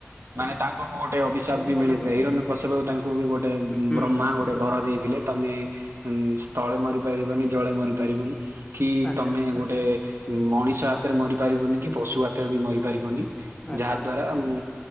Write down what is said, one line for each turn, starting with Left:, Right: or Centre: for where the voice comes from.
Right: ମାନେ ତାଙ୍କ କଣ ଗୋଟେ ଅଭିିଶାପ ବି
Left: ବଧ
Right: ମିଳିଥାଏ
Left: କରିଥିଲେ
Right: ହିରଣ୍ୟ କଶ୍ୟପ ତାଙ୍କୁ ବି ଗୋଟେ
Left: ହୁଁ
Right: ବ୍ରହ୍ମା ଗୋଟେ ବର ଦେଇ ଥିଲେ ତମେ ଉଁ ସ୍ଥଳେ ମରି ପାରିବନି ଜଳେ ମରି ପାରିବନି। କି
Left: ଆଚ୍ଛା
Right: ତମେ ଗୋଟେ ମଣିଷ ହାତରେ ମରି ପାରିବନି କି ପଶୁ ହାତରେ ବି ମରି ପାରିବନି।
Left: ଆଚ୍ଛା
Right: ଯାହା ଦ୍ଵାରା ଉଁ